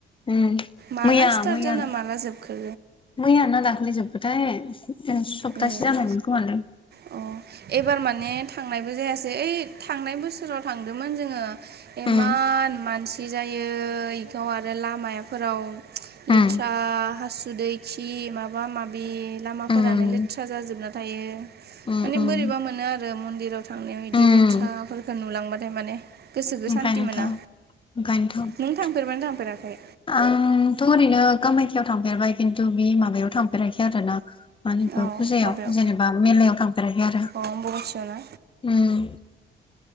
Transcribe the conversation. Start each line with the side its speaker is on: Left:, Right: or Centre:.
Left: उम
Right: माला
Left: मैया
Right: स्टार्ट
Left: मैयानो
Right: जाना माला जोबखो
Left: मैया ना दा ख्लै जोबखोथाय सप्तासे
Right: उम
Left: जाबायमोन खोमालै
Right: अ एबार माने थांनायबो जायासै ओइ थांनाय बोसोराव थांदोंमोन जोङो इमान
Left: उम
Right: मानसि दि जायो इखौ आरो लामाफोराव लेथ्रा
Left: उम
Right: हासुदै खि इ माबा-माबि लामाफोरानो
Left: उम
Right: लेथ्रा जाजोबना थायो
Left: उम
Right: माने
Left: उम
Right: बोरैबा मोनो आरो मन्दिराव थांनायाव बिदि
Left: उम
Right: लेथ्राफोरखौ नुलांबाथाय माने गोसोखौ
Left: ओंखायनोथ'-ओंखायनोथ'
Right: सान्थि मोना नों थांफेरबायना थांफेराखै
Left: आंथ' ओरैनो कामायखायाव थांफेरबाय खिन्थु बे माबायाव थांफेराखै आरो ना मानिखो
Right: अ
Left: फुजायाव
Right: माबायाव
Left: जेनेबा मेलायाव थांफेराखै आरो
Right: अ अम्बुबासियाव ना
Left: उम <inaudible>